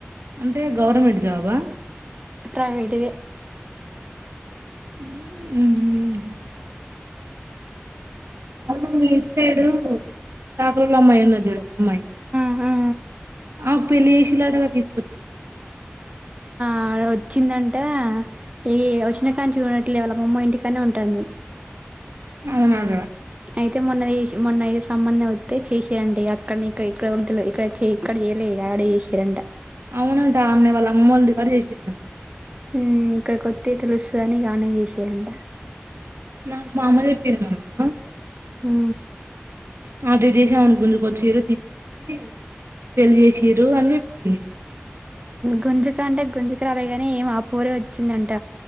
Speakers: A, on the right; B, on the right.
A: అంటే గవర్నమెంట్ జాబా?
B: ప్రైవేట్ దె
A: మ్ అవును మీ ఇంటి సైడు చాకలోళ్ళ అమ్మాయి ఉన్నది చూడు ఒక అమ్మాయి
B: ఆఆ
A: అవ్ పెళ్లి ఏసిల్లటగా తీసుకొచ్చి
B: ఆవిడ వచ్చిందంటే ఈ వచ్చినా కాంచి గూడా అట్లే వాళ్ళ అమ్మమ్మ ఇంటికాన్నే ఉంటాంది
A: అవును అదే
B: అయితే మొన్నదీశ్ మొన్న ఈ సంబంధం ఒత్తే చేసిరంట ఇగ అక్కడ్నే ఇక ఇక్కడ <unintelligible> ఇక్కడ చే ఇక్కడ జేయలే యాడే ఏశిరంట
A: అవునంట ఆన్నె వాళ్ళ అమ్మోళి కాడ చేసిరన్
B: ఊ ఇక్కడికొత్తే తెలుస్సదని ఇగ ఆడ్నే చేసిరంట
A: నాక్ మా అమ్మ చెప్పింది మొన్న
B: హూ
A: <unintelligible> గుంజుకొచ్చిరు <inaudible> పెళ్ళి చేసిర్రు అని చెప్పింది
B: గుంజుకంటే గుంజుక రాలేగాని ఏమో ఆ పోరే ఒచ్చిందంట